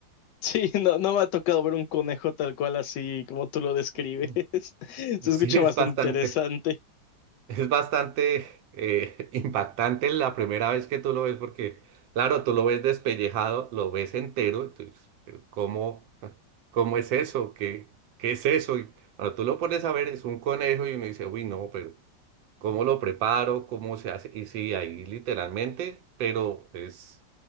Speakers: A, on the left (about 75°); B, on the right (about 80°).
A: Sí, no, no me ha tocado ver un conejo tal cual así como tú lo describes.
B: <laughs>
A: <laughs> Se
B: Sí,
A: escucha
B: es
A: bastante
B: bastante,
A: interesante.
B: Es bastante eh, <laughs> impactante la primera vez que tú lo ves porque, claro, tú lo ves despellejado, lo ves entero, entonces, pero ¿cómo, <laughs> cómo es eso? ¿Qué, qué es eso? Y cuando tú lo pones a ver, es un conejo y uno dice, uy, no, pero ¿cómo lo preparo? ¿Cómo se hace? Y sí, ahí literalmente, pero es...